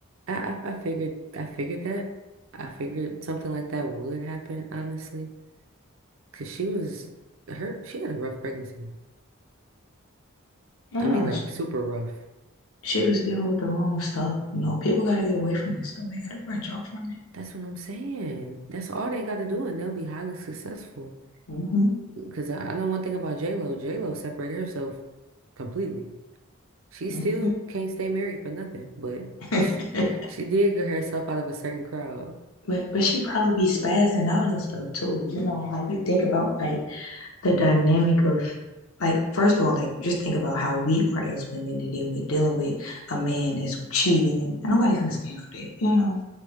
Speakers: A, on the right; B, on the left.
A: I, I I figured I figured that. I figured something like that would happen, honestly. Cause she was her she had a rough pregnancy.
B: Yeah,
A: I mean like
B: she,
A: super rough.
B: she was dealing with the wrong stuff. You know, people got to get away from this stuff. They got to branch off from
A: That's what I'm saying. That's all they gotta do and they'll be highly successful.
B: it.
A: Because I, I know one thing about J-Lo. J-Lo separated herself completely. She
B: hmm
A: still can't stay married for nothing, but
B: hmm
A: <laughs>
B: <laughs>
A: she did get herself out of a certain crowd.
B: But but she probably be spazzing out and stuff too. You know, like you think about like the dynamic of like first of all, like just think about how we are as women and then we're dealing with a man that's cheating and, and nobody's gonna stand for that, you know.